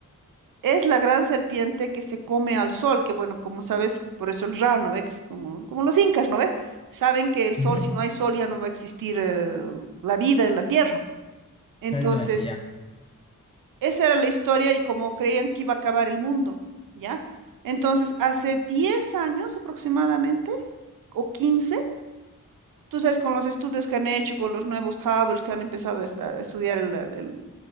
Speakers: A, on the right (about 70°); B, on the left (about 15°).
A: es la gran serpiente que se come al sol, que bueno, como sabes, por eso el Ra, ¿no ve? Que es como, como los incas, ¿no ve? Saben que el sol,
B: Ujú.
A: si no hay sol, ya no va a existir eh, la vida en la tierra. Entonces,
B: Prácticamente ya.
A: Esa era la historia y como creían que iba a acabar el mundo, ¿ya? Entonces, hace 10 años aproximadamente, o 15, tú sabes, con los estudios que han hecho, con los nuevos Hubble que han empezado a, es- a estudiar el, el- el-